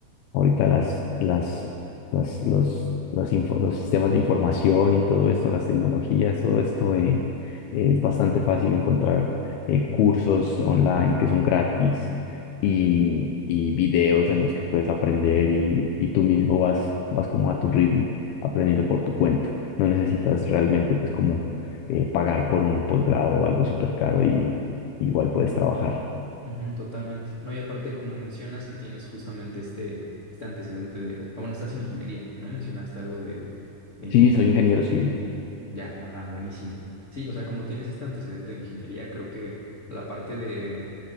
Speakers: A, on the left; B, on the left.
A: Ahorita las, las, las, los, los, info- los sistemas de información y todo esto, las tecnologías, todo esto, eh, eh, es bastante fácil encontrar eh, cursos online que son gratis y, y videos en los que puedes aprender y, y tú mismo vas, vas como a tu ritmo, aprendiendo
B: To-
A: por tu cuenta. No necesitas realmente pues como eh, pagar por un posgrado o algo súper caro y igual puedes trabajar.
B: Ujú, totalmente. No, y aparte, como mencionas que tienes justamente este, este antecedente de... Ah, bueno, estás en ingeniería, ¿no? Mencionaste algo de, de ingeniería.
A: Sí, soy ingeniero
B: civil.
A: civil.
B: Ya, ajá, buenísimo. Sí, o sea, como tienes este antecedente de ingeniería, creo que la parte de...